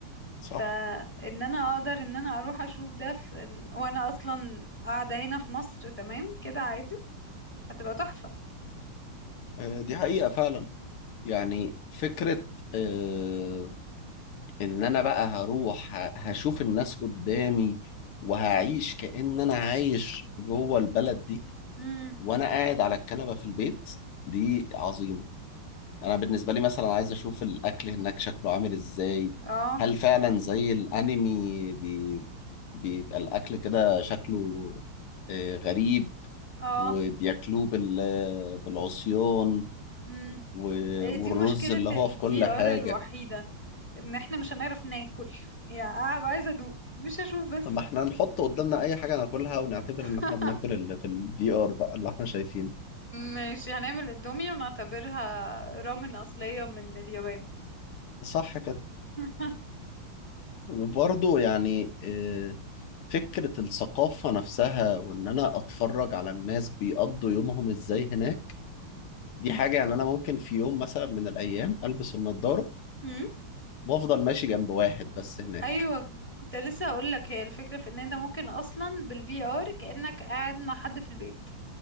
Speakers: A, on the left (about 85°); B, in the centre.
A: صح
B: فان انا اقدر ان انا اروح اشوف ده في وانا اصلا قاعده هنا في مصر تمام كده عادي هتبقى تحفه
A: آه، دي حقيقة فعلا يعني فكرة آه، إن أنا بقى هروح ه- هشوف الناس قدامي وهعيش كأن أنا عايش جوه البلد دي
B: امم
A: وأنا قاعد على الكنبة في البيت دي عظيمة انا بالنسبه لي مثلا عايز اشوف الاكل هناك شكله عامل ازاي
B: اه
A: هل فعلا زي الانمي بي... بيبقى الاكل كده شكله آه، غريب
B: اه
A: وبياكلوه بال... بالعصيان
B: امم
A: و...
B: هي
A: والرز
B: دي مشكله
A: اللي هو
B: الفي
A: في كل
B: ار
A: حاجه
B: الوحيده ان احنا مش هنعرف ناكل يعني هبقى عايزه ادوق مش هشوف بس
A: اما احنا نحط قدامنا اي حاجه ناكلها ونعتبر
B: <laughs>
A: ان احنا بناكل اللي في الفي ار بقى اللي احنا شايفينه
B: ماشي هنعمل اندومي ونعتبرها رامن اصليه من اليابان
A: صح كده
B: <laughs>
A: وبرضه يعني آه، فكره الثقافه نفسها وان انا اتفرج على الناس بيقضوا يومهم ازاي هناك دي حاجة يعني أنا ممكن في يوم مثلا من الأيام ألبس النضارة
B: امم
A: وأفضل ماشي جنب واحد بس هناك
B: ايوه كنت لسه هقول لك هي الفكره في ان انت ممكن اصلا بالفي ار كانك قاعد مع حد في البيت